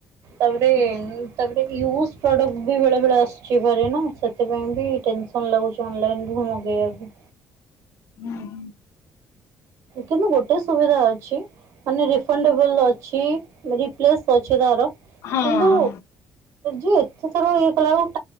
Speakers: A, on the right; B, on the left.
A: ତାପରେ
B: ଆଚ୍ଛା
A: ତାପରେ ୟୁଉଜ୍ ପ୍ରଡକ୍ଟ ବି ବେଳେବେଳେ ଆସୁଛି ଭାରି ନା, ସେଥିପାଇଁ ବି ଟେନସନ ଲାଗୁଛି ଅନଲାଇନରୁ ମଗେଇବାକୁ।
B: ହଁ।
A: କିନ୍ତୁ ଗୋଟେ ସୁବିଧା ଅଛି। ମାନେ ରିଫଣ୍ଡେବଲ ଅଛି, ରିପ୍ଲେସ୍ ଅଛି ତାର।
B: ହଁ
A: କିନ୍ତୁ
B: ହଁ।
A: ଯେ ଏତେଥର ଇଏ କଲା ବେଳକୁ